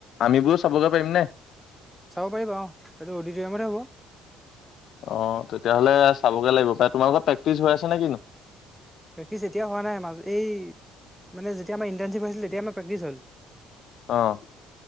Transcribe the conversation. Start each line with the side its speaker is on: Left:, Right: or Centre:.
Left: আমিবোৰও চাবগে পাৰিম নে?
Centre: চাব পাৰিবা অ', এইটো অডিটায়ামতে হ'ব।
Left: অ', তেতিয়াহ'লে চাবগে লাগিব পাই তোমা লোকৰ প্ৰেক্টিচ হৈ আছে নে কিনো?
Centre: প্ৰেক্টিচ এতিয়া হোৱা নাই মাজ এই মানে যেতিয়া আম ইণ্টাৰ্শ্বিপ হৈছিলে তেতিয়া আমাৰ প্ৰেক্টিছ হ'ল।
Left: অ'